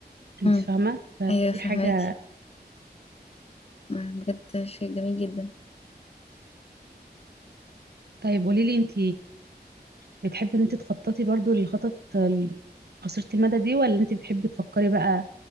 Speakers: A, on the right (about 70°); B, on the left (about 35°).
A: انت
B: امم
A: فاهمة فدي
B: ايوه فهماكي
A: حاجة
B: مم، بجد شيء جميل جدا
A: طيب قولي لي انت بتحبي ان انت تخططي برضو للخطط ال- قصيرة المدى دي ولا انت بتحبي تفكري بقى